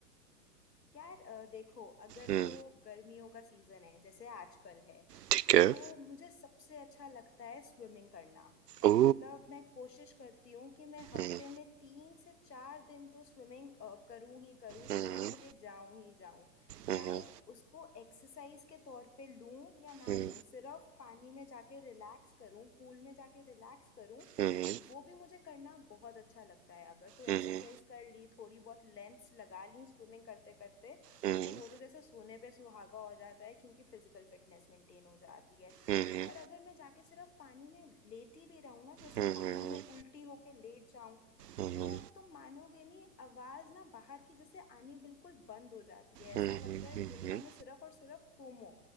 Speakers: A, on the left; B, on the right.
A: यार अ, देखो अगर
B: है हम्म
A: तो गर्मियों का सीजन है जैसे आजकल है
B: ठीक है
A: तो मुझे सबसे अच्छा लगता है स्विमिंग करना
B: ओ
A: मतलब मैं कोशिश करती हूँ कि मैं हफ्ते
B: हम्म
A: में तीन से चार दिन तो स्विमिंग करूँ ही करूँ स्विमिंग
B: हम्म
A: के लिए जाऊँ ही जाऊँ
B: हम्म
A: चाहे उसको एक्सरसाइज के तौर पे लूँ या ना
B: हम्म
A: लूँ सिर्फ पानी में जाके रिलैक्स करूँ पूल में जाके रिलैक्स करूँ
B: हम्म
A: वो भी मुझे करना बहुत अच्छा लगता है अगर तो एक्सरसाइज
B: हम्म
A: कर ली थोड़ी बहुत लेंथ्स लगा ली स्विमिंग करते करते
B: हम्म हम्म
A: तो वो तो जैसे सोने पे सुहागा हो जाता है क्योंकि फिजिकल फिटनेस मेंटेन हो जाती है
B: हम्म
A: पर अगर मैं जाके सिर्फ पानी में लेटी भी रहूँ ना जैसे
B: हम्म
A: पानी
B: हम्म
A: में उल्टी होके लेट जाऊं
B: हम्म
A: तो तुम मानोगे नहीं आवाज ना बाहर की जैसे आनी बिल्कुल बंद हो जाती है ऐसा
B: हम्म
A: लगता
B: हम्म
A: है
B: हम्म,
A: इस दुनिया में सिर्फ और सिर्फ तुम हो